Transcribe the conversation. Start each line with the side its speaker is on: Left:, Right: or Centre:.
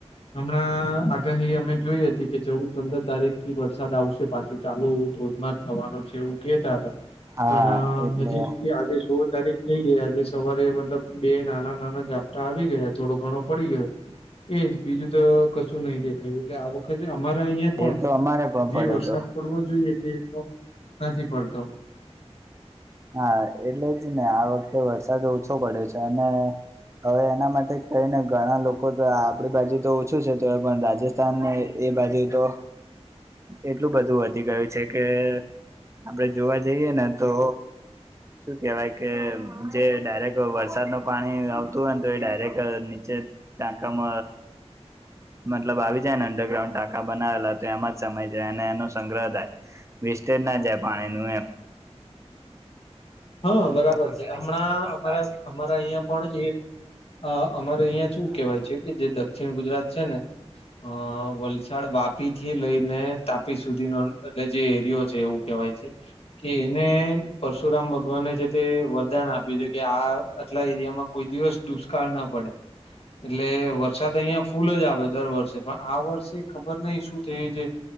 Left: હમણાં આગાહી અમે જોઈ હતી કે ચૌદ પંદર તારીખ થી વરસાદ આવશે પાછો ચાલુ ધોધમાર થવાનો છે એવું કેતા હતા
Right: હા
Left: પણ
Right: એટલે
Left: હજી સુધી આ જો તારી થઈ ગયા આજે સવારે મતલબ બે નાના નાના ઝાપટા આવી ગયા થોડો ઘણો પડી ગયો એજ બીજું તો કશું નહીિ દેખાયું એટલે આ વખતે અમારા અહિયાં પણ
Right: એ તો અમારે પણ
Left: જે
Right: પડ્યો
Left: વરસાદ
Right: તો
Left: પડવો જોઈએ તે એટલો નથી પડતો
Right: હા એટલે જ ને આ વખતે વરસાદ ઓછો પડ્યો છે અને હવે એના માટે કઈ ને ઘણા લોકો તો આપણી બાજુ તો ઓછું છે તો પણ રાજસ્થાન ને એ બાજુ તો એટલું બધું વધી ગયું છે કે આપડે જોવા જઈએ ને તો શું કેહેવાય કે જે ડાયરેક્ટ વરસાદ ન પાણી આવતું હોય ને તો એ ડાયરેક્ટ નીચે તકા મ મતલબ આવી જાય ને અંડરગ્રાઉન્ડ ટાંકા બનાવેલા તો એમાં જ સમય જાય અને એનો સંગ્રહ થાય વેસ્ટેજ ના જાય પાણીનું એમ
Left: હા બરાબર
Right: મોટા પર
Left: છે
Right: ગાડી
Left: હમણાં
Right: સાઈડ કરતા
Left: અમારા
Right: હશે કદાચ
Left: અમારા અહિયાં પણ એ અ અમારે અહિયાં શું
Right: ના
Left: કેહેવાય
Right: એવું
Left: છે કે જે દક્ષિણ ગુજરાત છે ને અ વલસા વાપી થી લઈને તાપી સુધીનો એટ જે એરિયો છે એવું કેહેવાય છે કે એને પરશુરામ ભગ ને છે તે વરદાન આપ્યું છે કે આ આટલા એરિયામાં કોઈ દિવસ દુષ્કાળ ના પડે એટલે વરસાદ અહં ફૂલ જ આવે દર વર્ષે પણ આ વર્ષે ખબર નહ શું થયું છે